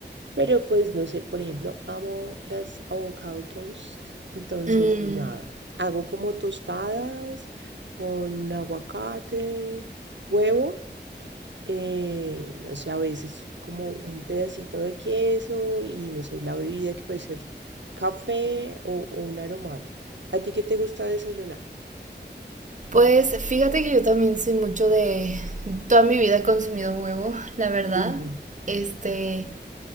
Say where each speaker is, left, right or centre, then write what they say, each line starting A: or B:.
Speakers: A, on the right; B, on the right.
A: Pero pues no sé, por ejemplo, amo las avocado toast. Entonces,
B: Mm,
A: nada, hago como tostadas con aguacate Huevo, eh, no sé, a veces como un pedacito de queso y no sé, la bebida que puede ser café o, o una aromática. ¿A ti qué te gusta desayunar?
B: Pues fíjate que yo también soy mucho de... Toda mi vida he consumido huevo, la verdad.
A: Ujú,
B: Este,